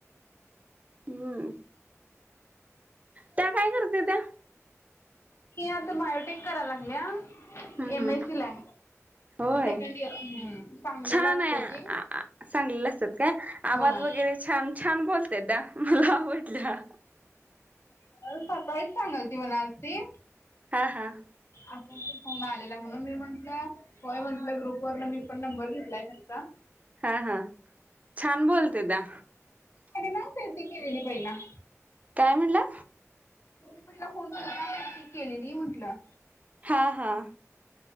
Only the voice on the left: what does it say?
ती आता बायोटेक करा, लागल्या
एमएस
सीला.
सेकंड इयर हम्म. सांगलीला
असते
ती.
होय.
<unintelligible> सकाळीच सांगाल ती.
असं असं फोन आलेला, म्हणून मी म्हंटलं. होय, म्हटलं ग्रुप वरन मी, पण नंबर घेतलाय त्यांचा.
त्यांनी जाऊन खरेदी केलेली पहिला.
तुम्ही पहिला फोन केलता, की ती केलेली म्हटलं.